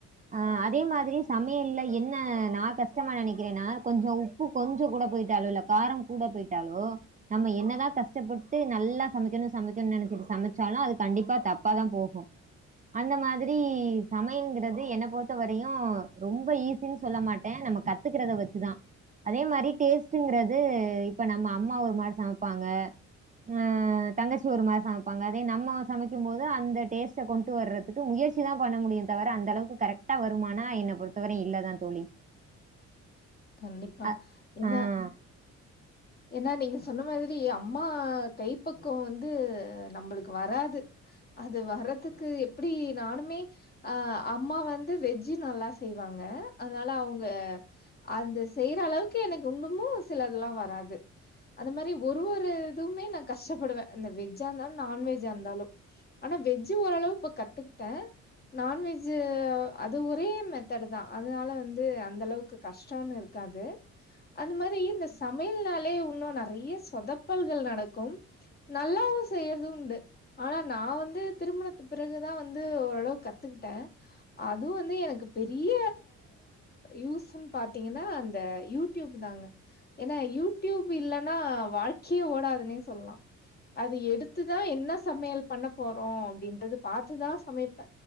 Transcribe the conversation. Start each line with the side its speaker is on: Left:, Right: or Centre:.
Right: ஆஹ் அதே மாதிரி சமையல்ல என்ன நா கஷ்டமா நெனைக்கிறேனா கொஞ்சொ உப்பு கொஞ்சொ கூட பொயிட்டாலோ இல்ல காரம் கூட பொயிட்டாலோ நம்ம என்னதா கஷ்டப்பட்டு நல்லா சமைக்கணு சமைக்கணுனா நெனைச்சிட்டு சமைச்சாலு அது கண்டிப்பா தப்பாதா போகு அந்த மாதிரி சமையங்கிறது என்ன பொறுத்தவரையு ரொம்ப ஈசினு சொல்ல மாட்டே நம்ம கத்துக்கிறத வச்சுதா அதே மாரி டேஸ்ட்டுங்றது இப்ப நம்ம அம்மா ஒரு மாரி சமைப்பாங்க ஆ தங்கச்சி ஒரு மாரி சமைப்பாங்க அதே நம்ம சமைக்கும் போது அந்த டேஸ்ட்ட கொண்டு வர்றதுக்கு முயற்சி தா பண்ண முடியு தவர அந்த அளவுக்கு கரெக்ட்டா வருமானா என்ன பொறுத்தவரை இல்லதா தோழி
Left: கண்டிப்பா
Right: அ
Left: என்ன
Right: ஆ.
Left: ஏன்னா நீங்க சொன்ன மாதிரி அம்மா கைப்பக்கொ வந்து நம்மளுக்கு வராது அது வர்றதுக்கு எப்படி நானுமே அஹ் அம்மா வந்து வெஜ்ஜு நல்லா செய்வாங்க அதனால அவங்க அது செய்ற அளவுக்கு எனக்கு இன்னுமு சிலத்ல்லா வராது அது மாரி ஒரு ஒரு இதுவுமே நான் கஷ்டப்படுவே அந்த வெஜ்ஜா இருந்தாலு நான்வெஜ்ஜா இருந்தாலு ஆனா வெஜ்ஜு ஓரளவு இப்ப கத்துக்கிட்டே நான்வெஜ்ஜு அது ஒரே மெத்தடு தா அதனால வந்து அந்த அளவுக்கு கஷ்டொன்னு இருக்காது அது மாரி இந்த சமையல்னால் லே உன்னு நெறைய்யா சொதப்பல்கள் நடக்கும் நல்லாவு செய்யற்து உண்டு ஆனா நா வந்து திருமணத்து பிறகுதா வந்து ஓரளவு கத்துக்கிட்டே அதுவு வந்து எனக்கு பெரிய யூஸ்ஸுன் பாத்திங்கனா அந்த யூடியூப் தாங்க ஏனா யூட் டியூப் இல்லனா வாழ்க்கியே ஓடாதுனே சொல்லலா அது எடுத்துதா என்ன சமையல் பண்ண போறோ அப்டின்றது பாத்துதா சமைப்பே